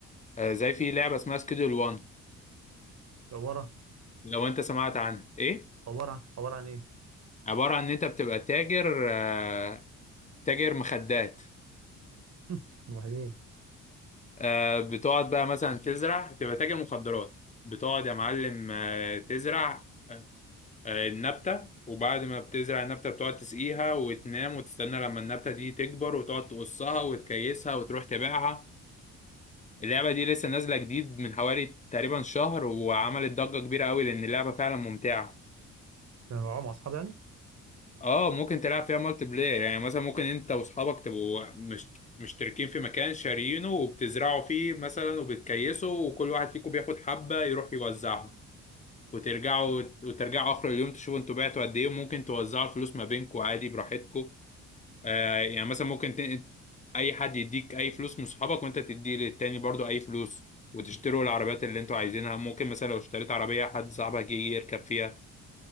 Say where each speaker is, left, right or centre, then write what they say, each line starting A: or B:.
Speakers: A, on the left (about 25°); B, on the right (about 60°).
A: آه، زي في لعبه اسمها سكيدول 1
B: عباره
A: لو انت سمعت عنها ايه
B: عباره عباره عن ايه
A: عباره عن ان انت بتبقى تاجر آه تاجر مخدات
B: <laughs> وبعدين
A: آه، بتقعد بقى مثلا تزرع تبقى تاجر مخدرات بتقعد يا معلم آه، تزرع آه، آه، النبتة وبعد ما بتزرع النبتة بتقعد تسقيها وتنام وتستنى لما النبتة دي تكبر وتقعد تقصها وتكيسها وتروح تبيعها اللعبة دي لسه نازلة جديد من حوالي تقريبا شهر وعملت ضجة كبيرة قوي لأن اللعبة فعلا ممتعة
B: انا بلعبها مع اصحابي يعني
A: اه ممكن تلعب فيها مالتي بلاير يعني مثلا ممكن انت واصحابك تبقوا مش مشتركين في مكان شارينه وبتزرعوا فيه مثلا وبتكيسوا وكل واحد فيكم بياخد حبة يروح يوزعها وترجعوا وترجعوا اخر اليوم تشوفوا انتوا بعتوا قد ايه وممكن توزعوا الفلوس ما بينكم عادي براحتكم آه يعني مثلا ممكن ت... اي حد يديك اي فلوس من صحابك وانت تدي للتاني برضو اي فلوس وتشتروا العربيات اللي انتوا عايزينها ممكن مثلا لو اشتريت عربية حد صاحبك يجي يركب فيها